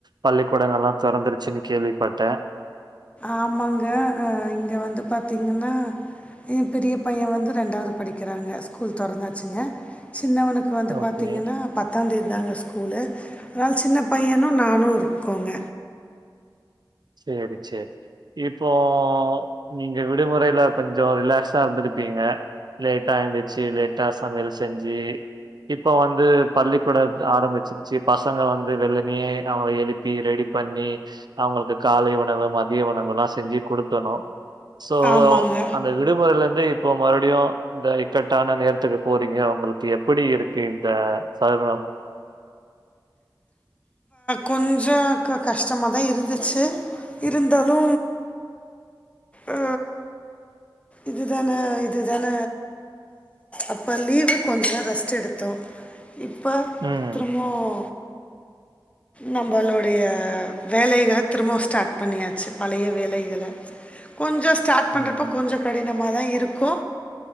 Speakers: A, on the right; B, on the left.
A: பள்ளிக்கூடங்கல்லா தொறந்துருச்சுன்னு கேள்விப்பட்ட
B: ஆமாங்க அ இங்க வந்து பாத்திங்கன்னா எ பெரிய பைய வந்து ரெண்டாவுது படிக்கிறாங்க ஸ்கூல் தொறந்தாச்சுங்க சின்னவனுக் கு வந்து
A: ஓகே.
B: பாத்திங்கன்னா பத் தாந் தேதிதாங்க ஸ்கூலு அதுனால சின்ன பையனு நானு இருக்கோங்க
A: சேரி சேரி இப்போ நீங்க விடுமுறைல கொஞ்ச ரிலாக்ஸா இருந்திருப்பிங்க லேட்டா எந்திரிச்சு லேட்டா சமையல் செஞ்சு இப்ப வந்து பள்ளிக்கூட ஆரம்பிச் சு பசங்க வந்து வெள்ளனையே அவுங்கள எழுப்பி ரெடி பண்ணி அவுங்களுக்கு காலை உணவு மதிய உணவுலா செஞ்சு குடுக்கணு சோ
B: ஆமாங்க.
A: இந்த விடுமுறைல இருந்து இப்போ மறுடியு இந்த இக்கட்டான நேரத்துக்கு போறீங்க உங்களுக்கு எப்டி இருக்கு இந்த சைய்ரம்
B: கொஞ்சோ கஷ்டமா தா இருந்துச்சு இருந்தாலு ஆ இதுதான இதுதான அப்ப லீவு கொஞ்சோ ரெஸ்ட் எடுத்தோ இப்ப
A: ம்.
B: திரும்பவு நம்பளோடைய வேலைகள திரும்பவு ஸ்டார்ட் பண்ணியாச்சு பழைய வேலைகள கொஞ்சோ ஸ்டாட் பண்றப்ப
A: ம்.
B: கொஞ்சோ கடினமா தா இருக்கு